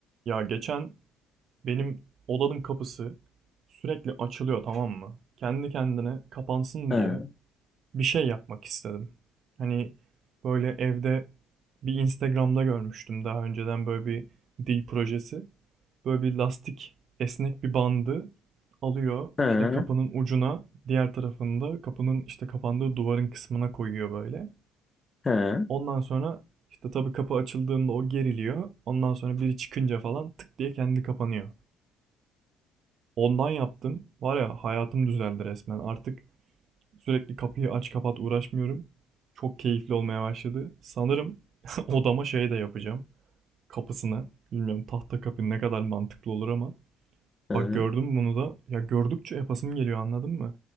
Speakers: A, on the right (about 55°); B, on the left (about 25°).
A: Ya geçen benim odanın kapısı sürekli açılıyor tamam mı? Kendi kendine kapansın
B: <laughs> ha
A: diye bir şey yapmak istedim. Hani böyle evde bir Instagram'da görmüştüm daha önceden böyle bir dil projesi. Böyle bir lastik esnek bir bandı alıyor
B: ha
A: işte kapının ucuna diğer tarafında kapının işte kapandığı duvarın kısmına koyuyor böyle.
B: ha ha
A: Ondan sonra işte tabii kapı açıldığında o geriliyor. Ondan sonra biri çıkınca falan tık diye kendi kapanıyor. Ondan yaptım. Var ya hayatım düzeldi resmen. Artık sürekli kapıyı aç kapat uğraşmıyorum. Çok keyifli olmaya başladı. Sanırım <laughs> odama şey de yapacağım. Kapısına. Bilmiyorum tahta kapı ne kadar mantıklı olur ama.
B: hı,
A: Bak gördüm bunu da. Ya gördükçe yapasım geliyor anladın mı?